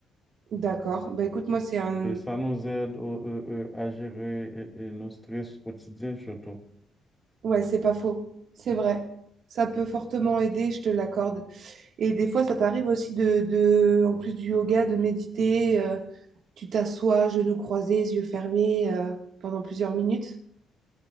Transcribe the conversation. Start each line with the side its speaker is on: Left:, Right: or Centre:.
Right: D'accord. Bah écoute, moi, c'est un...
Centre: Et ça nous aide au- euh, euh, à gérer et- et nos stress quotidiens surtout.
Right: Ouais, c'est pas faux. C'est vrai. Ça peut fortement aider, je te l'accorde. Et des fois, ça t'arrive aussi de, de, en plus du yoga, de méditer. euh, tu t'assois, genoux croisés, yeux fermés euh, pendant plusieurs minutes?